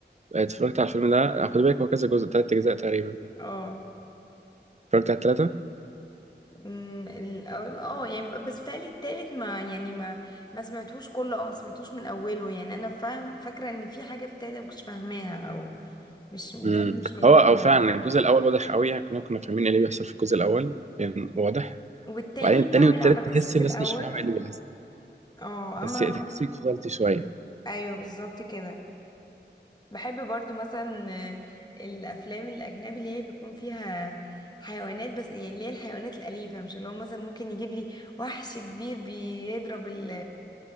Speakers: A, on the right; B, on the left.
A: اتفرجت على الفيلم ده خد بالك هو كذا جزء تلات اجزاء تقريبا
B: اه
A: اتفرجت على التلاتة
B: أمم، ال- اه يعني ب- بس بتهيألي التالت ما يعني ما ما سمعتوش كله او ما سمعتوش من اوله يعني انا فاهم فاكره ان في حاجه في التالت ما كنتش فاهماها او مش الدنيا
A: امم
B: مش ملمومه
A: هو او فعلا
B: يعني
A: الجزء الاول واضح قوي يعني كنا كنا فاهمين ايه اللي بيحصل في الجزء الاول يعني واضح
B: والتاني
A: وبعدين التاني
B: كمل
A: والتالت
B: على قصه
A: تحس الناس
B: الاول
A: مش فاهمه ايه اللي بيحصل
B: اه
A: تحس
B: اما
A: تحسك فضلت شويه
B: ايوه بالظبط كده بحب برضو مثلا آه، الافلام الاجنبي اللي هي بيكون فيها حيوانات بس يعني اللي هي الحيوانات الأليفة مش اللي هو مثلا ممكن يجيب لي وحش كبير بيضرب ال